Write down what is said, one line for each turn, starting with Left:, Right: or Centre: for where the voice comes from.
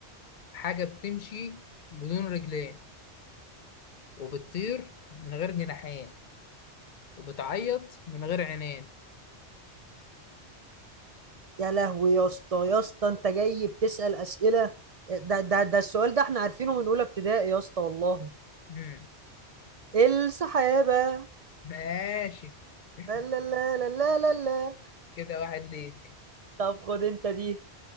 Left: حاجة بتمشي بدون رجلين وبتطير من غير جناحين وبتعيط من غير عينين
Right: يا لهوي يا اسطى يا اسطى انت جاي بتسأل اسئله ده ده ده السؤال ده احنا عارفينه من اولى ابتدائي يا اسطى والله
Left: مم.
Right: السحابه
Left: ماشي <laughs>
Right: لا لا لا لا لا لا
Left: كده واحد ليك
Right: طب خد انت دي